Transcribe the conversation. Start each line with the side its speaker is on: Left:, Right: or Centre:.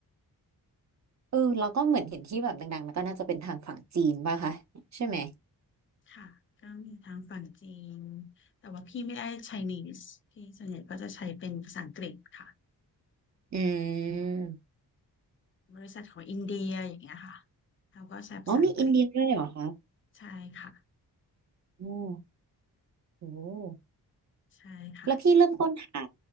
Right: เออเราก็เหมือนเห็นที่แบบดังๆนันก็น่าจะเป็นทางฝั่งจีนป่ะคะใช่ไหม
Left: ค่ะก็มีทางฝั่งจีนแต่ว่าพี่ไม่ได้ Chinese พี่ส่วนใหญ่ก็จะใช้เป็นภาษาอังกฤษค่ะ
Right: อืม
Left: บริษัทของอินเดียอย่างเงี้ยค่ะเขาก็ใช้ภาษาอังกฤษ
Right: อ๋อมีอินเดียด้วยเหรอคะ
Left: ใช่ค่ะ
Right: โอ้โห
Left: ใช่ค่ะ
Right: แล้วพี่เริ่มค้นหา